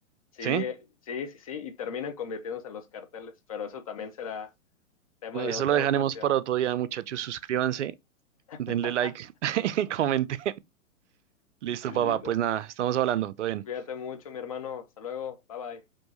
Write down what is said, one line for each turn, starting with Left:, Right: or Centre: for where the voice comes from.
Left: Sí,
Right: ¿Sí?
Left: eh, sí, sí, sí, y terminan convirtiéndose en los carteles, pero eso también será tema
Right: Eso
Left: de otra
Right: lo dejaremos
Left: ocasión.
Right: para otro día, muchachos. Suscríbanse, denle
Left: <laughs>
Right: like <laughs> y comenten. Listo,
Left: Sí,
Right: papá.
Left: no.
Right: Pues nada, estamos hablando. Todo bien.
Left: Cuídate mucho, mi hermano. Hasta luego. Bye bye.